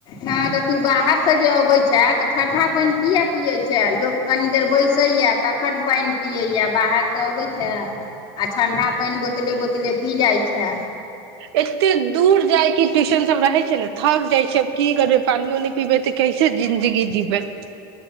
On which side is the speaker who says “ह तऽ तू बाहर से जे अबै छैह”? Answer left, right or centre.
Left